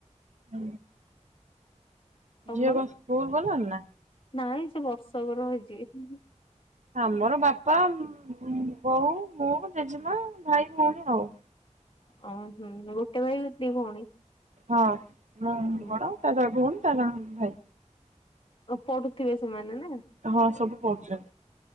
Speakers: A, on the right; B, on the left.
A: ହୁ।
B: ତମର
A: ଯିଣ ସ୍କୁଲ ବନ ନା
B: ନାଇଁ ସେ ବର୍ଷ ବର ହେଇଛି ସେ
A: ଆମର ବାପା ବୋଉ ମୁୋ ଜେଜେମା ଭାଇ ଭଉଣୀ ଆଉ
B: ହଁ। ହୁଁ ଗୋଟେ ଭାଇ ଦି ଭଉଣୀ।
A: ହଁ। ହଁ
B: ହୁଁ
A: ବଣ ତାଙ୍କର ଭୁଣ କ ଭାଇ
B: ପଡୁଥିବେ ସେମାନେ ନା
A: ହଁ ସବୁ। <unintelligible>